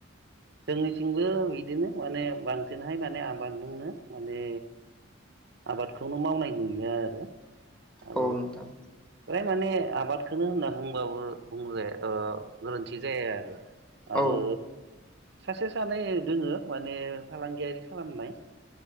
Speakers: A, on the right; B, in the centre.
A: जोंनिथिंबो बिदिनो माने बांसिनहाय माने आबादजोंनो माने आबादखौनो मावनाय नुयो आरो ओ
B: औ नोंथां
A: प्राय माने आबाद खोनो होनना बुंबाबो बुंजाया ओ गोरोन्थि जाया आरो
B: औ
A: आरो सासे सानै दोङो माने फालांगियारि खालामनाय।